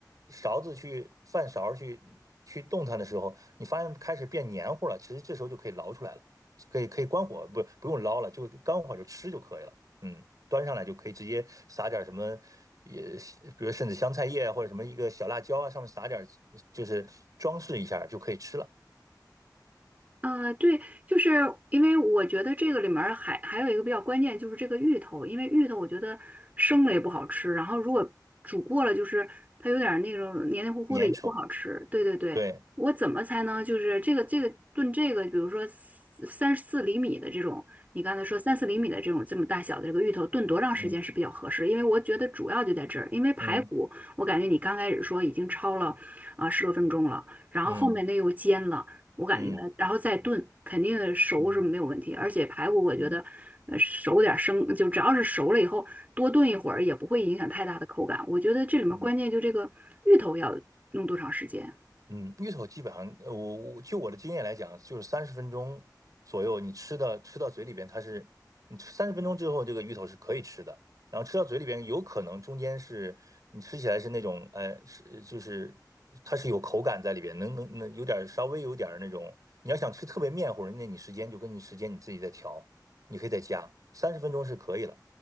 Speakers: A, on the right; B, on the right.
A: 勺子去饭勺去去动它的时候，你发现开始变黏糊了，其实这时候就可以捞出来了，可以可以关火，不不用捞了，就关火就吃就可以了。嗯，端上来就可以直接撒点什么，也比如甚至香菜叶啊或者什么一个小辣椒啊，上面撒点就是装饰一下就可以吃了，
B: 呃，对，就是因为我觉得这个里面儿还还有一个比较关键，就是这个芋头，因为芋头我觉得生了也不好吃，然后如果煮过了，就是它有点儿那种黏黏糊糊的也不好吃。
A: 粘稠。
B: 对对对，
A: 对，
B: 我怎么才能就是这个这个炖这个，比如说三四厘米的这种，你刚才说三四厘米的这种这么大小的这个芋头，炖多长时间是比较合适？
A: 嗯
B: 因为我觉得主要就在这儿，因为排骨我感觉你刚开始说已经焯了啊十多分钟了，
A: 嗯
B: 然后后面那又煎了。
A: 嗯
B: 我感觉，
A: 嗯嗯
B: 然后再炖，肯定熟是没有问题。
A: 嗯
B: 而且排骨，我觉得，
A: 嗯嗯。嗯
B: 呃，熟点儿生，就只要是熟了以后，多炖一会儿也不会影响太大的口感。我觉得这里面关键就这个芋头要弄多长时间。
A: 嗯嗯，芋头基本上，呃我我就我的经验来讲，就是三十分钟左右，你吃到吃到嘴里边，它是你吃三十分钟之后，这个芋头是可以吃的。然后吃到嘴里边，有可能中间是你吃起来是那种，呃，是就是它是有口感在里边，能能能有点儿稍微有点儿那种。你要想吃特别面糊，那你时间就跟你时间你自己再调，你可以再加，三十分钟是可以了。